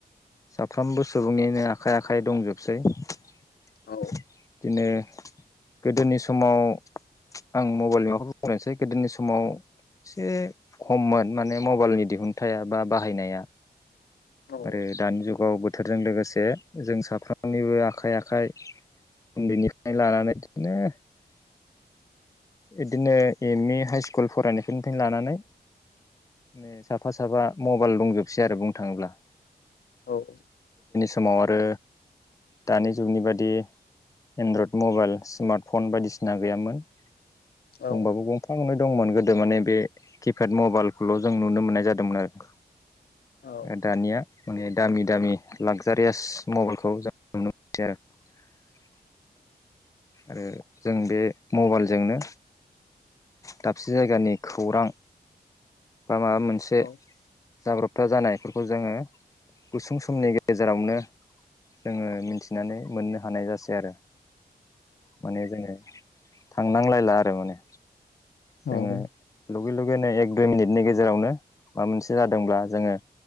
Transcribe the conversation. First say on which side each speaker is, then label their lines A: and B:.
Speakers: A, on the left (about 20°); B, on the left (about 65°).
A: साफ्रामबो सुबुंनिनो आखाइ-आखाइ दंजोबसै बिदिनो।
B: औ
A: गोदोनि समाव आं मबाइलनि माबाखौ बुंनोसै गोदोनि समाव। एसे खममोन माने मबाइलनि दिहुनथाइया बा बाहायनाया।
B: औ
A: आरो दानि जुगाव बोद। थोरजों लोगोसे जों साफ्रोमनिबो आखाइ-आखाइ उन्दैनिफाय लानानै। <unintelligible> इदिनो एम-इ, हाइस्कुल फरायनाय फोरनिफायनो लानानै। ने साफा-साफा मबाइल दंजोबसै आरो बुंनो थाङोब्ला।
B: औ-औ।
A: मआव आरो। दानि जुगनि बादि एन्ड्रयड मबाइल स्मार्टफन बायदिसिना गैयामोन।
B: औ
A: दंबाबो गंफा-गनै। दंमोन गोदो माने बे किपेड मबाइलखोल' जों नुनो मोननाय जादोंमोन आरो।
B: औ
A: ओ दानिया माने दामि-दामि लागजारियास मबाइलखौ जों। <inaudible> आरो जों बे मबाइल जोंनो। दाबसे जायगानि खौरां। बा माबा मोनसे।
B: औ
A: जाब्रबथा जानायफोरखो जोङो गुसुं समनि गेजेरावनो। जोङो मिनथिनानै मोननो हानाय जासै आरो। माने जोङो थांनांलायला आरो माने। जोङो
B: औ
A: लुगै-लुगैनाय एग। दुय मिनिटनि गेजेरावनो माबा मोनसे जादोंब्ला जोङो।